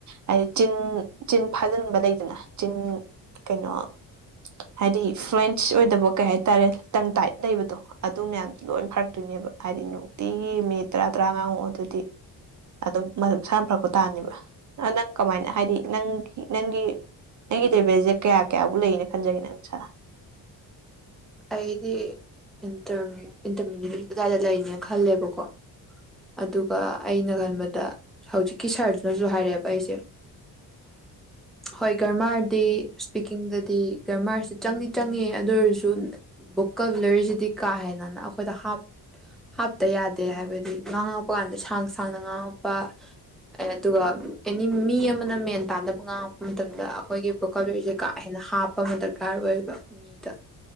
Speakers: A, on the right; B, in the centre.
A: ꯍꯥꯏꯗꯤ ꯆꯤꯟ ꯆꯤꯟ ꯐꯥꯖꯤꯟꯕ ꯂꯩꯗꯅ ꯆꯤꯟ ꯀꯩꯅꯣ ꯍꯥꯏꯗꯤ ꯐ꯭ꯔꯦꯟꯁ ꯑꯣꯏꯗꯕ ꯀꯩ ꯍꯥꯏꯇꯥꯔꯦ ꯇꯪ ꯇꯥꯏꯠ ꯂꯩꯕꯗꯣ ꯑꯗꯨ ꯃꯌꯥꯝꯗꯨ ꯂꯣꯏ ꯐꯔꯛꯇꯣꯏꯅꯦꯕ ꯍꯥꯏꯗꯤ ꯅꯨꯡꯇꯤꯒꯤ ꯃꯤ ꯇꯔꯥ ꯇꯔꯥ ꯉꯥꯡꯉꯛꯑꯣ ꯑꯗꯨꯗꯤ ꯑꯗꯨꯝꯝ ꯃꯁꯅ ꯐꯔꯛꯄ ꯇꯥꯅꯦꯕ ꯅꯪ ꯀꯃꯥꯏꯅ ꯍꯥꯏꯗꯤ ꯅꯪꯒꯤ ꯅꯪꯒꯤ ꯑꯩꯒꯤ ꯇꯦꯕꯦꯜꯁꯦ ꯀꯌꯥ ꯀꯌꯥꯕꯨ ꯂꯩꯅ ꯈꯟꯖꯒꯦ ꯅꯪ ꯅꯁꯥꯗ
B: ꯑꯩꯗꯤ ꯏꯟꯇꯔꯃꯤꯗꯦꯠ ꯀꯥꯏꯗ ꯂꯩꯅꯦꯅ ꯈꯜꯂꯦꯕꯀꯣ ꯑꯗꯨꯒ ꯑꯩꯅ ꯈꯟꯕꯗ ꯍꯧꯖꯤꯛꯀꯤ ꯁꯥꯔꯖꯅꯁꯨ ꯍꯥꯏꯔꯛꯑꯦꯕ ꯑꯩꯁꯦ ꯍꯣꯏ ꯒꯔꯃꯥꯔꯗꯤ ꯁ꯭ꯄꯤꯀꯤꯡꯗꯗꯤ ꯒꯔꯃꯥꯔꯁꯤ ꯆꯪꯗꯤ ꯆꯪꯉ ꯑꯗꯨ ꯑꯣꯏꯔꯁꯨ ꯕꯨꯛ ꯀꯕꯂꯔꯁꯤꯗꯤ ꯀꯥꯍꯦꯅꯅ ꯑꯩꯈꯣꯏꯗ ꯍꯥꯞ ꯍꯥꯞꯇ ꯌꯥꯗꯦ ꯍꯥꯏꯕꯗꯤ ꯉꯥꯡꯉꯛꯄ ꯀꯥꯟꯗ ꯁꯥꯡ ꯁꯥꯡꯅ ꯉꯥꯡꯉꯛꯄ ꯑꯗꯨꯒ ꯑꯦꯅꯤ ꯃꯤ ꯑꯃꯅ ꯃꯦꯟ ꯇꯥꯟꯅꯕ ꯉꯥꯡꯉꯛꯄ ꯃꯇꯝꯗ ꯑꯩꯈꯣꯏꯒꯤ ꯀꯂꯏꯁꯦ ꯀꯥ ꯍꯦꯟꯅ ꯍꯥꯞꯄ ꯑꯃ ꯗꯔꯀꯥꯔ ꯑꯣꯏꯕ ꯃꯤꯗ